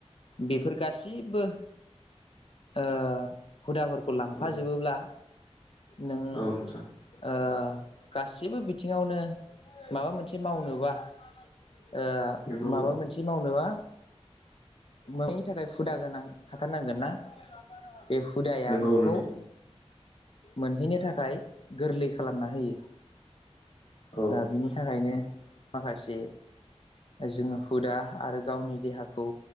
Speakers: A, on the left; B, on the left.
A: बेफोर गाससिबो ओ हुदाफोरखौ लांफाजोबोब्ला
B: नंगौ
A: नों
B: औ नोंथां
A: ओ गासिबो बिथिङावनो माबा मोनसे मावनोबा ओ
B: नंगौ
A: माबा मोनसे मावनोबा मानि थाखाय हुदा गोनां थाथारनांगोन ना? बे हुदाया
B: नंगौ
A: नोंखौ
B: नोंथां
A: मोनहैनो थाखाय गोरलै खालामना होयो।
B: औ
A: ओ बिनि थाखायनो माखासे जोङो हुदा आरो गावनि देहाखौ